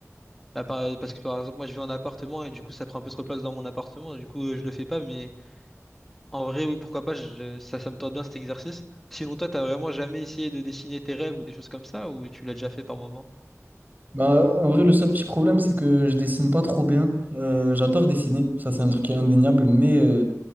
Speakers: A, in the centre; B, on the right.
A: Bah, par- Parce que par exemple, moi je vis en appartement et du coup ça prend un peu trop de place dans mon appartement, et du coup euh, je le fais pas, mais en vrai, oui, pourquoi pas, je- ça, ça me tente bien cet exercice. Sinon, toi, t'as vraiment jamais essayé de dessiner tes rêves ou des choses comme ça, ou tu l'as déjà fait par moment?
B: Bah, en vrai, le seul petit problème, c'est que je dessine pas trop bien. Euh, j'adore dessiner, ça c'est un truc qui est indéniable, mais euh,